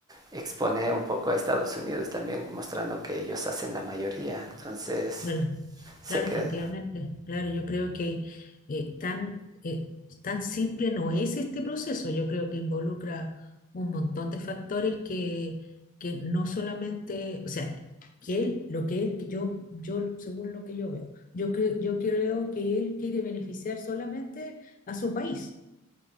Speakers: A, on the right; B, on the left.
A: expone un poco a Estados Unidos también, mostrando que ellos hacen la mayoría. Entonces,
B: Claro,
A: se
B: claro,
A: queda.
B: efectivamente. Claro, yo creo que eh, tan, eh, tan simple no es este proceso. Yo creo que involucra un montón de factores que, que no solamente, o sea, que él, lo que él, yo, yo, según lo que yo veo, yo creo, yo creo que él quiere beneficiar solamente a su país